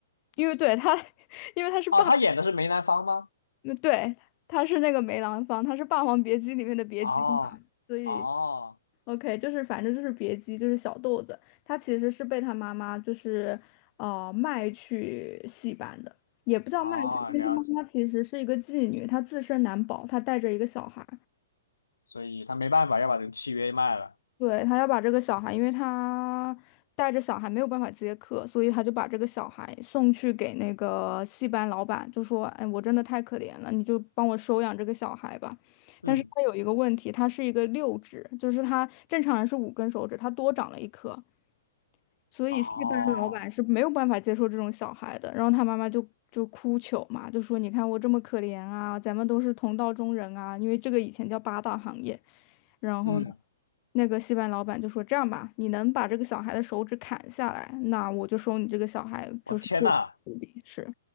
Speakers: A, on the left; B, on the left.
A: 因为对他，<laughs> 因为他是霸。
B: 哦，她演的是梅兰芳吗？
A: 那对，他是那个梅兰芳，他是《霸王别姬》里面的别姬嘛，
B: 哦，
A: 所以
B: 哦，
A: OK，就是反正就是别姬，就是小豆子，他其实是被他妈妈就是呃卖去戏班的，也不叫卖去，
B: 哦，
A: 因为他妈妈其实是一个妓女，
B: 了解。
A: 她自身难保，她带着一个小孩，
B: 所以她没办法要把这个契约卖了。
A: 对，他要把这个小孩，因为他带着小孩没有办法接客，所以他就把这个小孩送去给那个戏班老板，就说：“哎，我真的太可怜了，你就帮我收养这个小孩吧。”但是他有一个问题，
B: 嗯，
A: 他是一个六指，就是他正常人是五根手指，他多长了一颗。所以戏班牙老板是没有办法接受这种小孩的，
B: 哦，
A: 然后他妈妈就就哭求嘛，就说你看我这么可怜啊，咱们都是同道中人啊，因为这个以前叫八大行业。然后呢，
B: 嗯，
A: 那个戏班牙老板就说这样吧，你能把这个小孩的手指砍下来，那我就收你这个小孩就是做徒弟，
B: 我天呐，
A: 是。